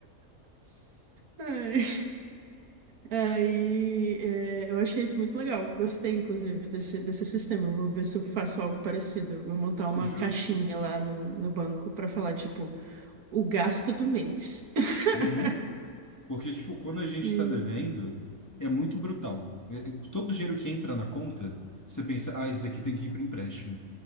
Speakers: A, on the right (about 80°); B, on the left (about 15°).
A: Ai. Aí, é, eu achei isso muito legal. Gostei, inclusive, desse, desse sistema. Eu vou ver se eu faço algo parecido. Eu Vou montar uma
B: Justo.
A: caixinha lá no, no banco para falar, tipo, o gasto do mês. <laughs>
B: Uhum. Porque, tipo, quando a gente
A: E,
B: está devendo, é muito brutal. É- é- Todo dinheiro que entra na conta, você pensa, ah, isso aqui tem que ir para empréstimo.